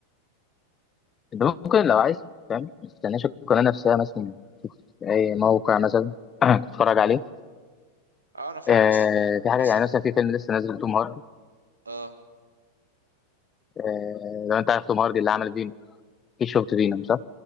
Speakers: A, on the left; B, on the right.
A: أنت ممكن لو عايز فاهم ما تستناش القناة نفسها مثلا في أي موقع مثلا <clears throat> تتفرج عليه
B: اه انا فاهم
A: آه
B: بس
A: في حاجة
B: بس
A: يعني مثلا في فيلم لسه نازل لتوم هاردي
B: اه
A: آه لو أنت عارف توم هاردي اللي عمل فينوم أكيد شفت فينوم صح؟